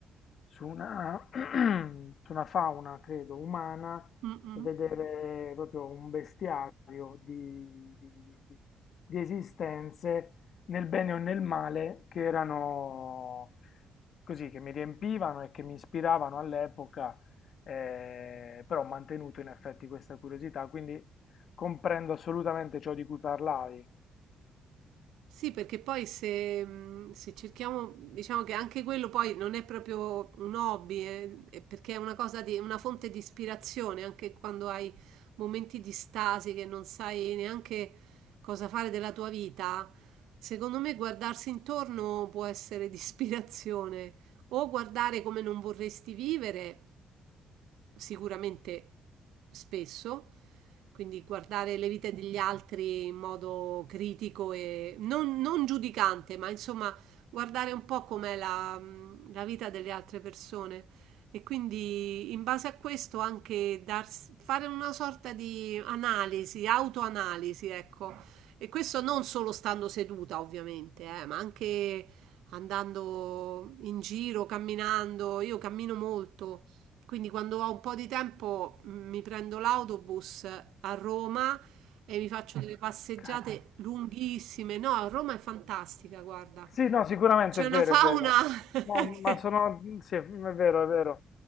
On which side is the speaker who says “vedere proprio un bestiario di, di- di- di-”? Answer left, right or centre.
Left